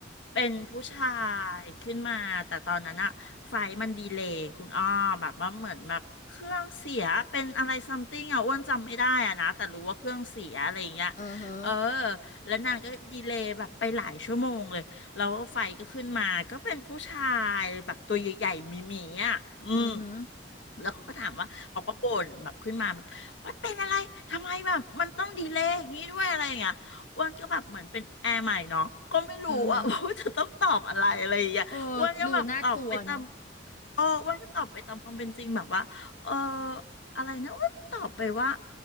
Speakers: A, on the left; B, on the left.
A: เป็นผู้ชายขึ้นมาแต่ตอนนั้นอะไฟมันดีเลย์คุณอ้อแบบว่าเหมือนแบบเครื่องเสียเป็นอะไรซัมติงอะอ้วนจำไม่ได้อะนะแต่รู้ว่าเครื่องเสียอะไรอย่างเงี้ย
B: เออฮะ
A: เออ แล้วนางก็ดีเลย์แบบไปหลายชั่วโมงเลยแล้วไฟก็ขึ้นมาก็เป็นผู้ชายแบบตัวใหญ่ๆมีหมีๆอ่ะอืม
B: อือหึอ
A: แล้วเขาก็ถามว่าเขาก็บ่นแบบขึ้นมาแบบว่าเป็นอะไรทำไมแบบมันต้องดีเลย์อย่างนี้ด้วยอะไรอย่างเงี้ยอ้วนก็แบบเหมือนเป็นแอร์ใหม่เนาะก็ไม่รู้อะ
B: ือหึ
A: <laughs> ว่าจะต้องตอบอะไรอะไรอย่างเงี้ยอ้วนก็แบบตอบไปตาม
B: เออดูน่ากลัวเนาะ
A: เอออ้วนก็ตอบไปตามความเป็นจริงแบบว่าเอออะไรนะอ้วนตอบไปว่า